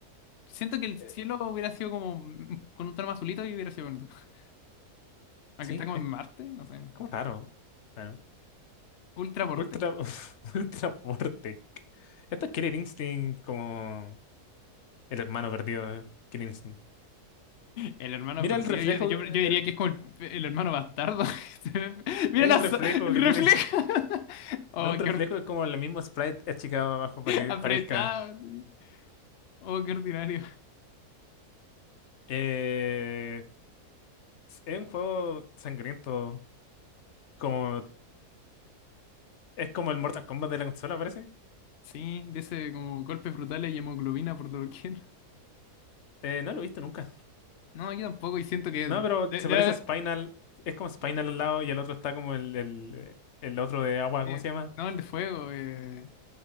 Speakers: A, on the left; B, on the left.
A: Siento que el cielo
B: Eh,
A: hubiera sido como mm, con un tono más azulito y hubiera sido bonito. <laughs> Aunque
B: Sí,
A: está como
B: es
A: en Marte, no sé.
B: como raro. Bueno.
A: Ultra Vortec.
B: Ultra, <laughs> Ultra Portec. Esto es Killer Instinct como el hermano perdido de Killer Instinct.
A: El hermano
B: Mira
A: perdido.
B: el reflejo,
A: Yo, yo- yo diría
B: el,
A: que es como el, el hermano bastardo. <laughs> Mira
B: el
A: la
B: reflejo
A: so- el
B: que
A: reflejo.
B: tiene. <laughs>
A: <laughs> Oh,
B: No un reflejo,
A: qué or-
B: es como el mismo sprite achicado abajo para que
A: apretado.
B: parezca.
A: sí. Oh, qué ordinario.
B: Eh, es un juego sangriento. Como, es como el Mortal Kombat de la consola, parece.
A: Sí, dice como golpes brutales y hemoglobina por doquier.
B: Eh, no lo he visto nunca.
A: No, yo tampoco. Y siento que
B: No, pero
A: de-
B: se
A: debe
B: parece
A: haber.
B: a Spinal. Es como Spinal al lado y el otro está como el, el, el otro de agua,
A: Eh,
B: ¿cómo se llama?
A: no, el de fuego. Eh,